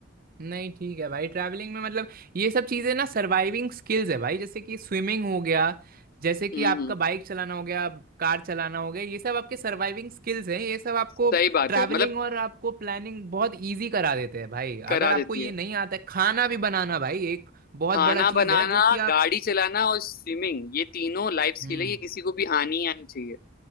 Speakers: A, on the right; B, on the left.
A: नहीं ठीक है भाई ट्रैवलिंग में मतलब ये सब चीज़ें ना सर्वाइविंग स्किल्स है भाई जैसे कि स्विमिंग हो गया जैसे कि
B: हम्म
A: आपका
B: हम्म,
A: बाइक चलाना हो गया कार चलाना हो गया ये सब आपके सर्वाइविंग स्किल्स हैं ये सब आपको
B: सही बात
A: ट्रैवलिंग
B: है मतलब
A: और आपको प्लानिंग बहुत इजी करा देते हैं भाई
B: करा
A: अगर आपको
B: देती
A: ये
B: है
A: नहीं आता है खाना भी बनाना भाई एक बहुत
B: खाना
A: बड़ा चीज़
B: बनाना
A: है जो कि
B: गाड़ी
A: आप
B: चलाना और स्विमिंग ये तीनों लाइफ स्किल
A: हम्म
B: है ये किसी को भी आनी ही आनी चाहिए